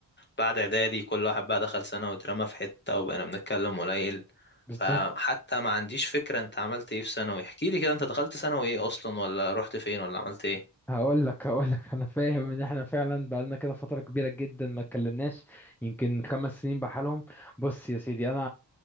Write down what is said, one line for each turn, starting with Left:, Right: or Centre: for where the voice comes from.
Left: بعد اعدادي كل واحد بقى دخل سنة واترمى في حتة وبقينا بنتكلم قليل
Centre: بالظبط
Left: فحتى ما عنديش فكرة انت عملت ايه في ثانوي احكي لي كده انت دخلت ثانوي ايه اصلا ولا رحت فين ولا عملت ايه
Centre: هقول لك هقول لك انا فاهم ان احنا فعلا بقالنا كده فتره كبيره جدا ما اتكلمناش يمكن خمس سنين بحالهم بص يا سيدي انا